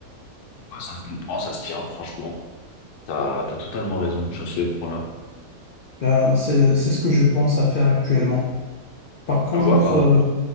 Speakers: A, on the left; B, on the left.
A: Ouais, ça se comprend, ça se tient, franchement. T'as, t'as totalement raison sur ce point-là.
B: Ben, c'est, c'est ce que je pense à faire actuellement. Par contre,
A: Je vois, bah, en-
B: euh,